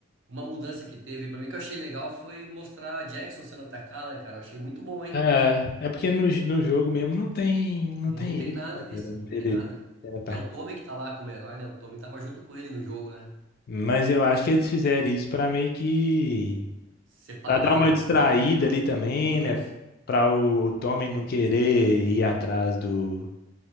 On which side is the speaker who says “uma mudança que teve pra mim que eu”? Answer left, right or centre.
Right